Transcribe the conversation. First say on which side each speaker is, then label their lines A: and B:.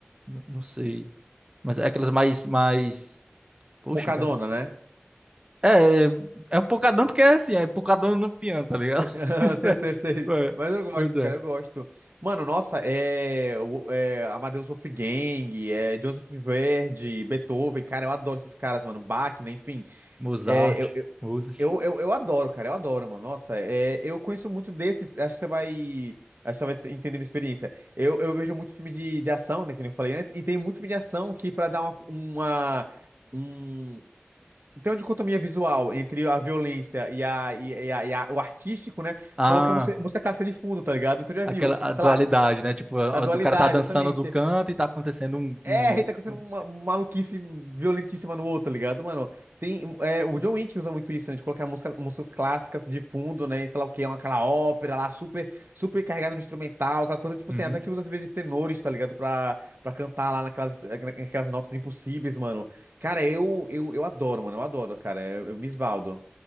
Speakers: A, on the right (about 25°); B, on the right (about 60°).
A: N- Não sei. Mas é aquelas mais, mais. Poxa,
B: Pocadona,
A: cara.
B: né?
A: É, é é um pocadão porque é assim, é pocadão no piano, tá ligado?
B: <laughs>
A: <laughs>
B: Sei, sei, sei.
A: É,
B: Mas eu gosto,
A: Pois é.
B: cara, eu gosto. Mano, nossa, é, o- é Amadeus Wolfgang, é Joseph Verdi, Beethoven, cara, eu adoro esses caras, mano. Bach, né, enfim.
A: Mozart,
B: É, eu, eu,
A: Mozart.
B: eu, eu eu adoro, cara, eu adoro, mano. Nossa, é, eu conheço muito desses, acho que você vai, acho que você vai te- entender minha experiência. Eu, eu vejo muito filme de, de ação, né, que nem eu falei antes, e tem muito filme de ação que pra dar uma, uma- um- então, dicotomia visual entre a violência e, a, e, e a- e a- o artístico, né?
A: Ah,
B: Coloca a música, música clássica de fundo, tá ligado? Então já
A: aquela
B: viu,
A: a
B: sei
A: dualidade,
B: lá,
A: né? Tipo, a-
B: a dualidade,
A: o cara tá dançando
B: exatamente.
A: do canto e tá acontecendo um,
B: É,
A: um-
B: a tá acontecendo
A: um-
B: uma maluquice violentíssima no outro, tá ligado, mano? Tem, é, o John Wick usa muito isso, né? De colocar música, músicas clássicas de fundo, né? E sei lá o que, aquela ópera lá, super, super carregada no instrumental, aquela coisa, tipo
A: Uhum.
B: assim, até que usa às vezes tenores, tá ligado? Pra, pra cantar lá naquelas, naquelas notas impossíveis, mano. Cara, eu, eu, eu adoro, mano, eu adoro, cara, eu eu me esbaldo.